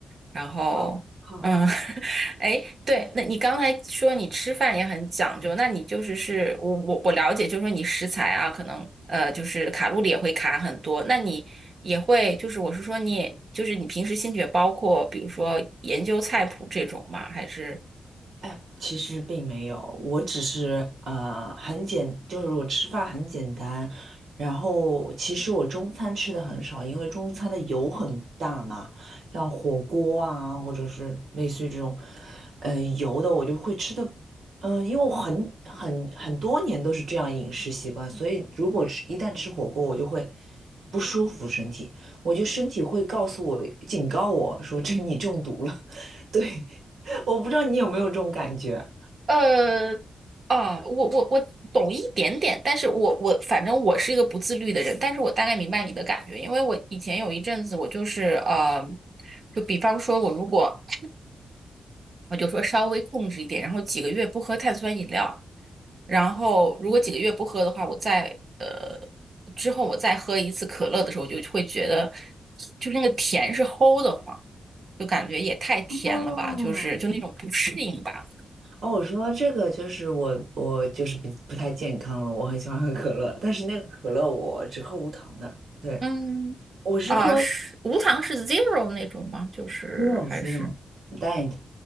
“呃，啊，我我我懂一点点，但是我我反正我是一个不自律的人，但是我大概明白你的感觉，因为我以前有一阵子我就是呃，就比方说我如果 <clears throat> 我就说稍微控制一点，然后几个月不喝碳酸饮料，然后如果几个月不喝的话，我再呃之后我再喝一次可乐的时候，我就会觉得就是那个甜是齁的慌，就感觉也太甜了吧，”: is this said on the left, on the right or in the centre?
Right